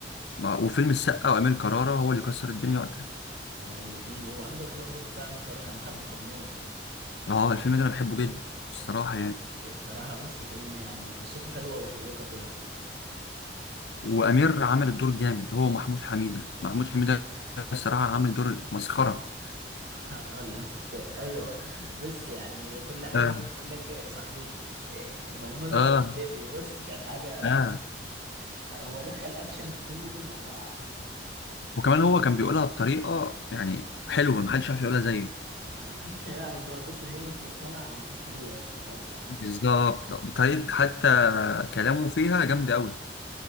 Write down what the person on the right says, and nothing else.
الاثنين وعندك برضو بتاع أمير كرارة كان حرب كرموز
الصراحة بص فيلم يعني وقصته حلوة وشيقة كده
آه، ال- ك- ايوه بص يعني كل حاجة
يقول لك ايه صاحبتي إيه مظهر
صاحبتي بص كانت حاجة
هو دخل اكشن في كوميدي مع بعض
ما ما حدش هيعرف بقى بص هي متفصلة على محمود حميدة بس مش اكتر